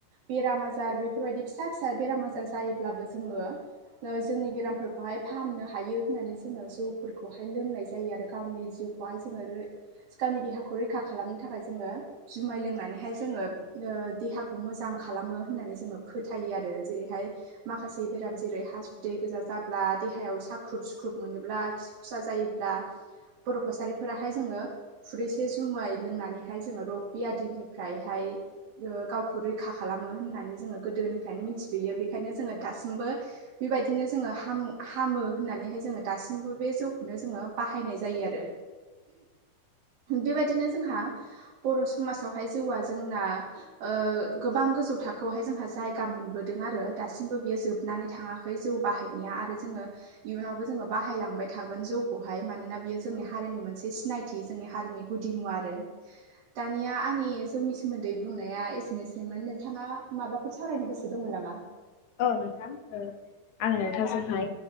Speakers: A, on the right (about 75°); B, on the left (about 65°).
A: बेराम आजार बेफोरबायदि फिसा फिसा बेराम आजार जायो। <unintelligible> जोङो ओ जोंनि बेरामफोरखौहाय फाहामनो हायो होननानै जो जौ जौफोरखौहाय लोंनाय जायो आरो गावनि जिउखौहाय जोङो गावनि देहाखौ रैखा खालामनो थाखाय जोङो जुमाय लोंनानैहाय जोङो ओ देहाखौ मोजां खालामो होननानै जोङो फोथायो आरो। जेरैहाय माखासे बेराम जेरै हाासुदै गोजा जाब्ला देहायाव साख्रुब सु ग्रुप मोनोब्ला खि खरसा जायोब्ला बर' कसारिफोराहाय जोङो खुरैसे जुमाय लोंनानैहाय जोङो रग बियादिनिफ्रायहाय ओ गावखौ रैखा खालामो होननानै जोङो गोदोनिफ्रायनो मिथिफबोयो बेखायनो जोङो दासिमबो बेबायदिनो जोङो हाम - हामो होननानैहाय जोङो दासिमबो बे जौखौनो जोङो बाहायनाय जायो आरो बेबायदिनो जोंहा बर' समासावहाय जौआ जोंना ओ गोबां गोजौ थाखोआवहाय जोंहा जायगा मोनबोदों आरो दासिमबो बियो जोबनानै थाङाखै। जौ बाहायनाया आरो जोङो इयुनाव जोङो बाहायलांबाय थागोन जौखौहाय मानोना बियो जोंनि हारिनि मोनसे सिनायथि। जोंनि हारिनि गुदि मुवा आरो दानिया आंनि जौनि सोमोन्दै बुंनाया एसेनोसैमोन। नोंथाङा माबाफोर सावरायनो गोसो दंमोन नामा?
B: औ नोंथां औ आङो नोंथांजोंहाय